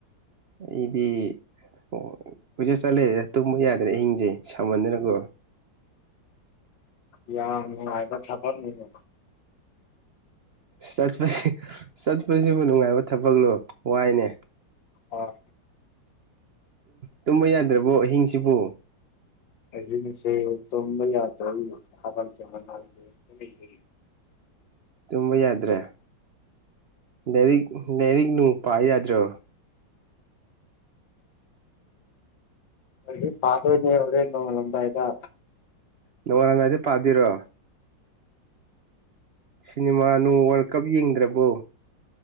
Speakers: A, on the right; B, on the left.
A: ꯑꯩꯗꯤ ꯑꯣ ꯒꯣꯏꯆꯠ ꯆꯠꯂꯦ ꯇꯨꯝꯕ ꯌꯥꯗ꯭ꯔꯦ ꯑꯍꯤꯡꯁꯦ ꯁꯝꯃꯟꯗꯅꯀꯣ
B: ꯌꯥꯝ ꯅꯨꯡꯉꯥꯢꯕ ꯊꯕꯛꯅꯤꯅꯦ
A: ꯆꯠꯄꯁꯤ ꯆꯠꯄꯁꯤꯕꯨ ꯅꯨꯡꯉꯥꯏꯕ ꯊꯕꯛꯂꯣ ꯋꯥꯏꯅꯦ
B: ꯑꯣ
A: ꯇꯨꯝꯕ ꯌꯥꯗ꯭ꯔꯕꯣ ꯑꯍꯤꯡꯁꯤꯕꯣ
B: ꯑꯩ ꯉꯁꯤ ꯇꯨꯝꯕ ꯌꯥꯗ꯭ꯔꯦ <unintelligible> <unintelligible> <unintelligible>
A: ꯇꯨꯝꯕ ꯌꯥꯗ꯭ꯔꯦ ꯂꯥꯏꯔꯤꯛ ꯂꯥꯏꯔꯤꯛ ꯅꯨꯡ ꯄꯥꯕ ꯌꯥꯗ꯭ꯔꯣ
B: ꯂꯤꯢꯔꯤꯛ ꯄꯥꯗꯣꯢꯅꯦ ꯍꯣꯔꯦꯟ ꯅꯣꯡꯉꯥꯜꯂꯝꯗꯥꯢꯗ
A: ꯅꯣꯡꯉꯥꯜꯂꯝꯗꯥꯢꯗ ꯄꯥꯗꯨꯢꯔꯣ ꯁꯤꯅꯤꯃꯥ ꯅꯣꯡ ꯋꯥꯔꯜ ꯀꯞ ꯌꯦꯡꯗ꯭ꯔꯕꯣ